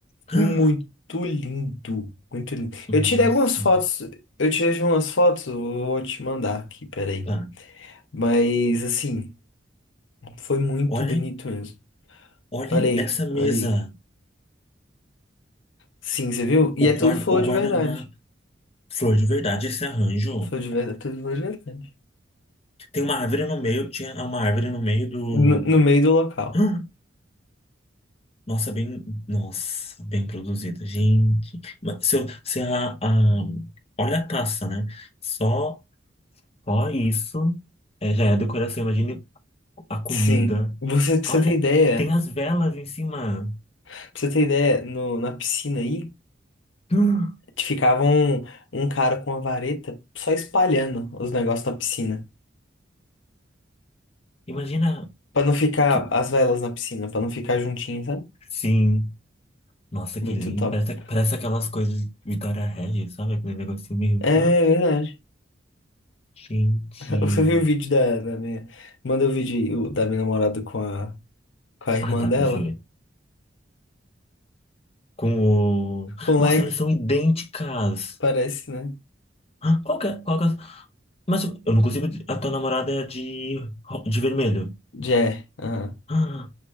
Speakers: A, on the left (about 30°); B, on the left (about 80°).
A: <gasps>
B: Muito lindo, muito lindo.
A: Nossa.
B: Eu tirei algumas fotos, eu tirei umas fotos, eu vou te mandar aqui, peraí.
A: Tá.
B: Mas assim, foi muito
A: Olha,
B: bonito mesmo.
A: olha
B: Olha aí,
A: essa mesa.
B: olha aí. Sim, você viu? E
A: O
B: é tudo
A: guarda,
B: flor
A: o
B: de
A: guardanapo.
B: verdade.
A: Flor de verdade, esse arranjo.
B: Sou de verdade, tudo foi de verdade.
A: Tem uma árvore no meio, tinha uma árvore no meio do.
B: No, no meio do local.
A: Ah, Nossa, bem. Nossa, bem produzida, gente. Mas Se, eu- se a, a- Olha a taça, né? Só, só isso é, já é decoração. Imagine a comida.
B: Sim. Você, pra
A: Olha,
B: você ter ideia,
A: tem as velas em cima.
B: pra você ter ideia, no, na piscina aí,
A: Ah,
B: ficava um, um cara com uma vareta só espalhando os negócios na piscina.
A: Imagina
B: Pra não ficar
A: que.
B: as velas na piscina, pra não ficar juntinho, sabe?
A: Sim. Nossa,
B: Muito
A: que lindo.
B: top.
A: Parece, parece aquelas coisas de Vitória Regis, sabe? Aquele negocinho meio.
B: É verdade.
A: Gente.
B: <laughs> Você viu o vídeo da, da minha. Manda o vídeo aí, o- da minha namorada com a, com a irmã
A: Ah, tá,
B: dela.
A: deixa eu ver. Com o.
B: Com o
A: Nossa,
B: leque,
A: elas são idênticas!
B: parece, né?
A: Hã? Qual que é? Qual que é? Mas eu não consigo. A tua namorada é de, ro- de vermelho.
B: Jé, aham.
A: Ah,